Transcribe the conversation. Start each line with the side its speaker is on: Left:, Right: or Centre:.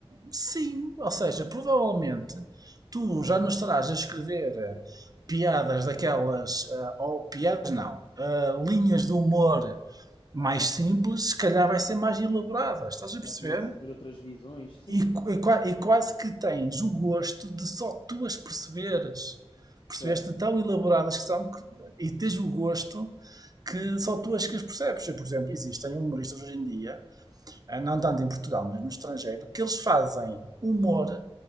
Right: Sim, ou seja, provavelmente tu já não estarás a escrever eh, piadas daquelas, eh, ou piadas não, eh, linhas de humor mais
Left: Aham.
Right: simples, se calhar vai ser mais elaborada, estás a perceber?
Left: Já começa a ter outras visões. Sim,
Right: E,
Left: sim.
Right: qu- e qua- e quase que tens o gosto de só tu as perceberes,
Left: Certo.
Right: percebeste? Tão elaboradas
Left: Certo.
Right: que são, que- e tens o gosto que
Left: Uhum.
Right: só tu as que as percebes. Eu, por exemplo, existem humoristas hoje em dia eh, não tanto em Portugal, mas no estrangeiro, que eles fazem humor